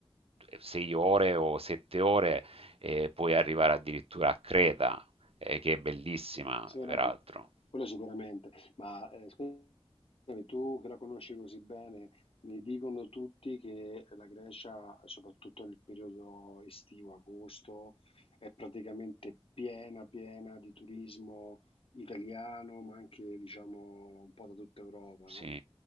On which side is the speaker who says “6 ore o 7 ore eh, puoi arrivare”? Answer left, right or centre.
Right